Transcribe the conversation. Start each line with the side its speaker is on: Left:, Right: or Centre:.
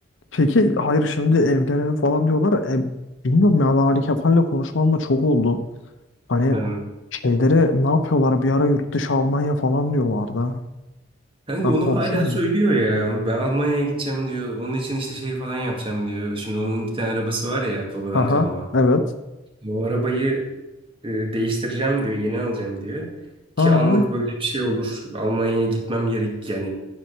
Left: Peki hayır şimdi evlenelim falan diyorlar. E, bilmiyorum ya ben Ali Kefal'le konuşmamla çok oldu. Hani
Right: Yani
Left: şeyleri ne yapıyorlar bir ara yurt dışı Almanya falan diyorlardı.
Right: Kanka
Left: Ben
Right: onu
Left: konuşuyor
Right: hala
Left: muyum?
Right: söylüyor ya. Ben Almanya'ya gideceğim diyor. Onun için işte şey falan yapacağım diyor. Şimdi onun bir tane arabası var ya babadan
Left: Aha
Right: kalma.
Left: evet.
Right: Bu arabayı E, değiştireceğim diyor, yeni alacağım diyor.
Left: Ha,
Right: Ki anlık böyle bir şey olur. Almanya'ya gitmem gerek yani